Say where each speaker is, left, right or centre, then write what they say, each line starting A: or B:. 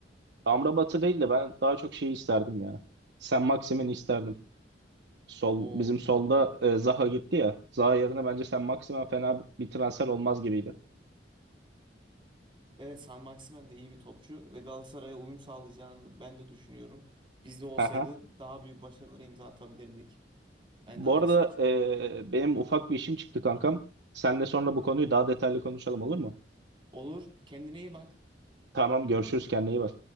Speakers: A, on the right; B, on the right.
A: Amrabat'ı değil de ben daha çok şeyi isterdim ya. Sen Maxim'ini isterdim. Sol
B: O
A: bizim solda e, Zaha gitti ya. Zaha yerine bence sen maksimum fena bir transfer olmaz gibiydi.
B: Evet San Maximen de iyi bir topçu ve Galatasaray'a uyum sağlayacağını ben de düşünüyorum. Bizde olsaydı
A: Aha.
B: daha büyük başarılara imza atabilirdik. Ben
A: Bu
B: de aynısını
A: arada
B: düşünüyorum.
A: e, benim ufak bir işim çıktı kankam. Seninle sonra bu konuyu daha detaylı konuşalım olur mu?
B: Olur. Kendine iyi bak.
A: Tamam görüşürüz kendine iyi bak.